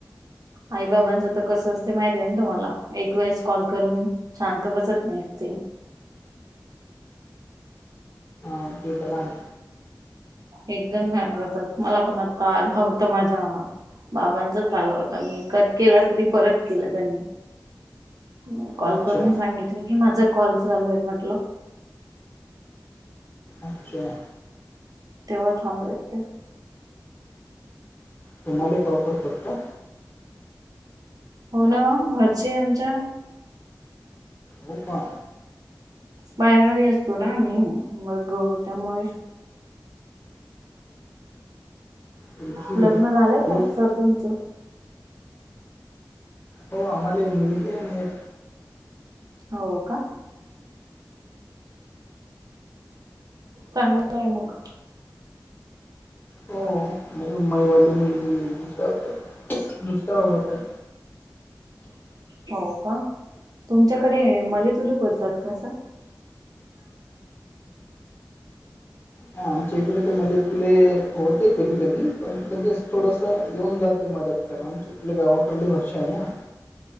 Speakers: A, on the right (about 60°); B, on the left (about 30°).
A: आई बाबांच तर कस असते माहित आहे ना तुम्हाला एक वेळेस कॉल करून शांत बसत नाही ते.
B: ह ते तर हाय.
A: एकदम घाबरतात मला पण आता आला होता माझा बाबांचाच आला होता मी कट केला तरी परत केला त्यांनी. म कॉल
B: अच्छा,
A: करून सांगितलं की माझा कॉल चालू आहे म्हटलं.
B: अच्छा.
A: तेव्हा थांबले ते.
B: तुम्हाला ही कॉल करतात का?
A: हो ना घरचे आमच्या.
B: हो का.
A: बाहेरगावी असतो ना आम्ही मग त्यामुळे
B: तुमची
A: लग्न झालंय
B: सोबत
A: का सर तुमचं?
B: हो आम्हाले मुलगी आहे म एक.
A: हो का. चांगलाय मग.
B: हो. मैवाली मुलगी नुसत नुसतं ओरडत्या.
A: हो का तुमच्याकडे मले तुले बोलतात का अस.
B: ह आमच्या इकडे ते मध्येेत फुले होते कधी कधी पण कधी थोडस येऊन जाते मदात तर आम चकल्या गावाकडली भाष आहे ना